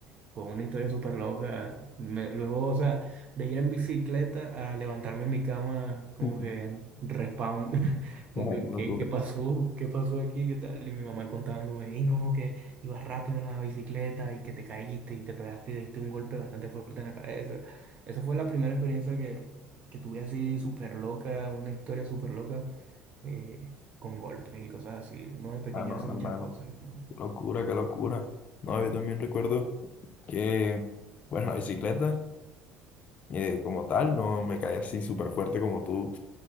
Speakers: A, on the right; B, on the left.
A: fue una historia súper loca. Me- luego, o sea, de ir en bicicleta a levantarme en mi cama como
B: <laughs>
A: que respawn como
B: Ah,
A: que,
B: qué locura.
A: ¿Qué, qué pasó? ¿Qué pasó aquí? ¿Qué tal? Y mi mamá contándome, y no, que ibas rápido en la bicicleta y que te caíste y te pegaste, diste un golpe bastante fuerte en la cabeza. Esa fue la primera experiencia que, que tuve así súper loca, una historia súper loca, eh, con golpes y cosas así. Uno de pequeño
B: Ah, no,
A: hace muchas
B: hermano.
A: cosas, hermano.
B: Qué locura, qué locura. No, yo también recuerdo que, bueno, la bicicleta, eh, como tal, no me caí así súper fuerte como tú.